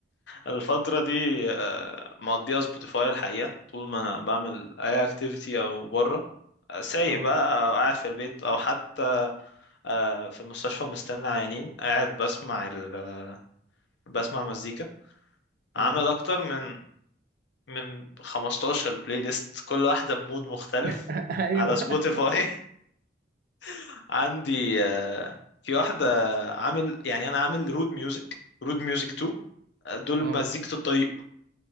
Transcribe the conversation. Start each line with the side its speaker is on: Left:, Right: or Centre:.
Left: الفترة دي آه، مقضيها سبوتيفاي الحقيقة طول ما انا بعمل اي اكتيفيتي او بره سايق
Right: اه
Left: بقى او قاعد في البيت او حتى آه، في المستشفى ومستني عيانين قاعد بسمع ال... بسمع مزيكا عامل
Right: اه
Left: اكتر من من 15 بلاي ليست كل واحده بمود مختلف
Right: <laughs> ايوه
Left: على سبوتيفاي <laughs> عندي آه، في واحده عامل يعني انا عامل رود ميوزك رود ميوزك 2 آه، دول
Right: اه
Left: مزيكة الطريق